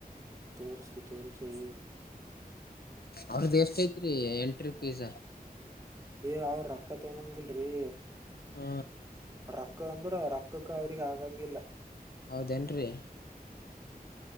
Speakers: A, on the right; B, on the left.
A: ತೋರಸರಿ ತೋರಸರಿ
B: ಅವ್ರದ ಎಷ್ಟ ಐತ್ರಿ ಎಂಟ್ರಿ ಪೀಸಾ
A: ಏ ಅವ್ರ ರೊಕ್ಕ ತೊಮ್ಮಂಗಿಲ್ರರಿ
B: ಹ್ಮ
A: ರೊಕ್ಕ ಅಂದ್ರ ರೊಕ್ಕಕ್ಕ ಅವ್ರಿಗೆ ಆಗಂಗಿಲ್ಲ
B: ಹೌಧನ್ರೆ
A: ಹ್ಮ್